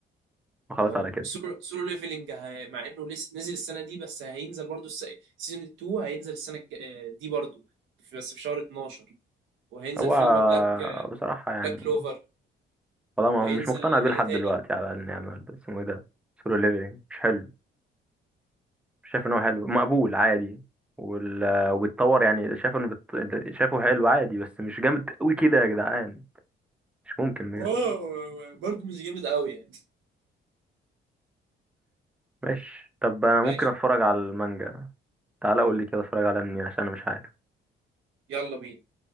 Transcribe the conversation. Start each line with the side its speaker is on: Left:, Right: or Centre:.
Centre: وخلاص
Right: اه
Centre: على كده
Right: وسولو سولو ليفلنج هي- مع انه لسه نزل السنه دي بس هينزل برضو الس- سيزون 2 هينزل السنه الج- آه، دي برضو في- بس في شهر 12 وهينزل
Centre: هو
Right: فيلم بلاك
Centre: بصراحة يعني
Right: بلاك كلوفر
Centre: والله
Right: وهينزل
Centre: ما- مش مقتنع بيه
Right: ايه
Centre: لحد
Right: تاني
Centre: دلوقتي على الاقل نعمل اسمه ايه ده سولو ليفلنج مش حلو مش شايف ان هو حلو مقبول عادي وال... وبيتطور يعني شايف انه بت... شايفه حلو عادي بس مش جامد قوي كده يا جدعان مش ممكن بجد
Right: واو برضه مش جامد قوي يعني
Centre: ماشي طب انا ممكن
Right: ماشي
Centre: اتفرج على المانجا تعالى قول لي كده اتفرج على منين عشان انا مش عارف
Right: يلا بينا